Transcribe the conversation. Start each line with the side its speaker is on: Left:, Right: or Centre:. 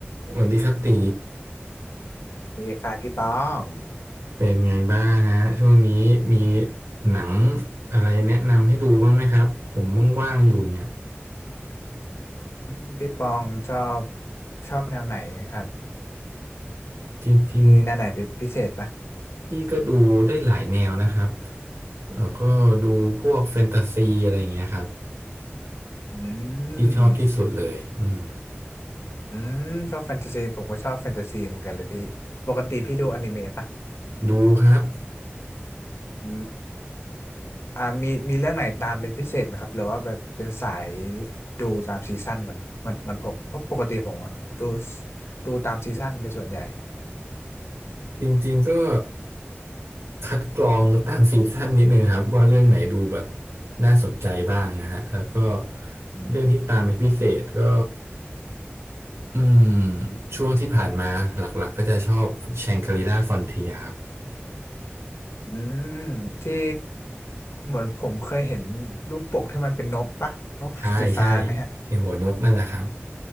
Right: สวัสดีครับตี
Left: ดีคสายพี่ปอง
Right: เป็นไงบ้างฮะช่วงนี้มีหนังอะไรแนะนำให้ดูบ้างไหมครับผมว่างๆอยู่เนี่ย
Left: อืมพี่ปองชอบชอบแนวไหนครับ
Right: จริง
Left: มีแนวไหนเป็นพิเศษปะ
Right: ๆพี่ก็ดูได้หลายแนวนะครับแล้วก็ดูพวกแฟนตาซีอะไรอย่างเงี้ยครับ
Left: อื
Right: ที่ชอบที่สุดเลยอืม
Left: มอืมชอบแฟนตาซีผมก็ชอบแฟนตาซีเหมือนกันเลยพี่ปกติพี่ดูอนิเมะปะ
Right: ดูครับ
Left: อืมอ่ามีมีเรื่องไหนตามเป็นพิเศษไหมครับหรือว่าแบบเป็นสายดูตามซีซั่นเหมันเหมันเหมันผมเพราะปกติผมอะดูดูตามซีซั่นเป็นส่วนใหญ่
Right: จริงๆก็คัดกรองตามซีซั่นนิดนึงครับว่าเรื่องไหนดูแบบน่าสนใจบ้างนะฮะแล้วก็
Left: อืม
Right: เรื่องที่ตามเป็นพิเศษก็ อืมช่วงที่ผ่านมาหลักๆก็จะชอบแชงกรีล่าฟอนเทียครับ
Left: อืมที่เหมือนผมเคยเห็นรูปปกที่มันเป็นนกปะนกสีฟ้าไหมฮะ
Right: ใช่ใช่ไอหัวนกนั่นแหละครับ